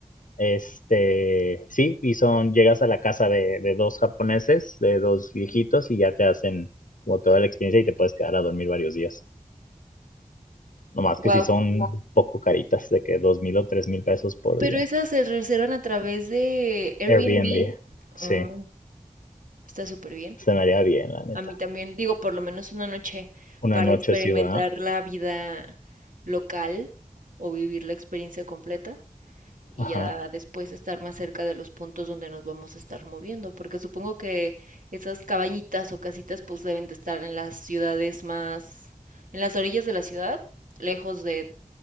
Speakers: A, on the left; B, on the right.
A: Este, sí, y son, llegas a la casa de, de dos japoneses, de dos viejitos, y ya te hacen como toda la experiencia y te puedes quedar a dormir varios días. Nomás
B: Guau.
A: que si sí son un poco caritas, de que dos mil o tres mil pesos por
B: Pero
A: día.
B: esas se reservan a través de Airbnb.
A: Airbnb, sí,
B: Ah, está súper bien.
A: se me haría bien, la neta.
B: A mí también, digo, por lo menos una noche
A: Una
B: para
A: noche
B: experimentar
A: ciudad,
B: la vida local o vivir la experiencia completa y
A: ajá,
B: ya después estar más cerca de los puntos donde nos vamos a estar moviendo, porque supongo que esas cabañitas o casitas pues deben de estar en las ciudades más, en las orillas de la ciudad, lejos de,